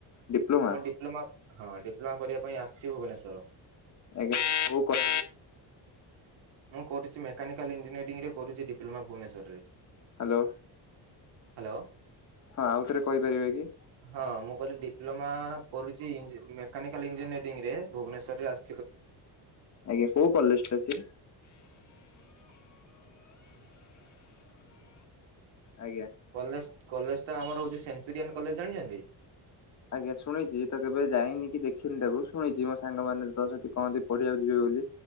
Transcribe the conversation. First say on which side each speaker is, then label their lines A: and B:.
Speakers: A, on the left; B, on the right.
A: ଡିପ୍ଲୋମା
B: ମୁଁ ଡି ଡିପ୍ଲୋମା ହଁ ଡିପ୍ଲୋମା କରିବାପାଇଁ ଆସିଛି ଭୁବନେଶ୍ୱର।
A: ଆଜ୍ଞା କଉ କ
B: ମୁଁ କରୁଛି ମେକାନିକାଲ ଇଞ୍ଜିନିୟରିଂ କରୁଛି ଡିପ୍ଲୋମା ଭୁବନେଶ୍ୱରରେ
A: ହ୍ୟାଲୋ
B: ହ୍ୟାଲୋ
A: ହଁ ଆଉ ଥରେ କହିପାରିବେ କି-
B: ହଁ ମୁଁ କହିଲି ଡିପ୍ଲୋମା କରୁଛି ଇଜି ମେକାନିକାଲ୍ ଇଞ୍ଜିନିୟରିଂ ରେ ଭୁବନେଶ୍ୱରରେ ଆସି
A: ଆଜ୍ଞା କୋଉ କଲେଜ ଟା ସେ?
B: <inaudible>
A: ଆଜ୍ଞା
B: କଲେଜ କଲେଜ ଟା ଆମର ହଉଛି ସେଞ୍ଚୁରିଆନ୍ କଲେଜ ଜାଣିଚନ୍ତି?
A: ଆଜ୍ଞା ଶୁଣିଛି ତ କେବେ ଯାଇନି କି ଦେଖିନି ତାକୁ ଶୁଣିଛି ମୋ ସାଙ୍ଗମାନେ ତ ସେଠି କହନ୍ତି ପଢିବାକୁ ଯିବେ ବୋଲି